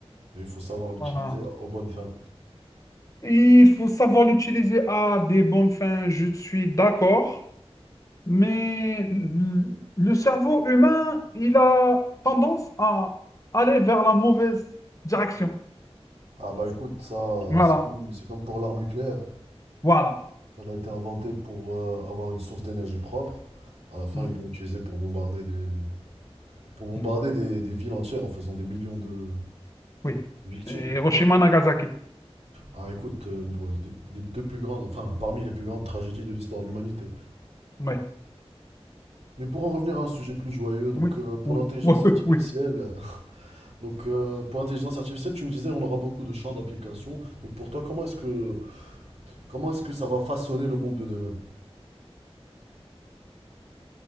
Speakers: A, on the right; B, on the left.
A: Et il faut savoir l'utiliser
B: Voilà.
A: aux bonnes fins.
B: Il faut savoir l'utiliser à des bonnes fins. Je suis d'accord. Mais l- le cerveau humain, il a tendance à aller vers la mauvaise direction.
A: Ah bah écoute, ça,
B: Voilà,
A: c'est comme, c'est comme pour l'arme nucléaire.
B: voilà.
A: Elle a été inventée pour euh, avoir une source d'énergie propre. À la fin,
B: Mm,
A: ils l'ont utilisée pour bombarder des, pour bombarder
B: mhm,
A: des, des villes entières en faisant des millions de
B: Oui.
A: victimes.
B: Et Hiroshima, Nagasaki.
A: Ah écoute, euh, bon, c'est des- les deux plus grandes, enfin parmi les plus grandes tragédies de l'histoire de l'humanité.
B: Ouais.
A: Mais pour en revenir à un sujet plus joyeux, donc
B: Oui,
A: euh, pour
B: oui,
A: l'intelligence
B: oui,
A: artificielle.
B: oui, oui.
A: Donc euh, pour l'intelligence artificielle, tu me disais on aura beaucoup de champs d'application. Donc pour toi, comment est-ce que comment est-ce que ça va façonner le monde de demain?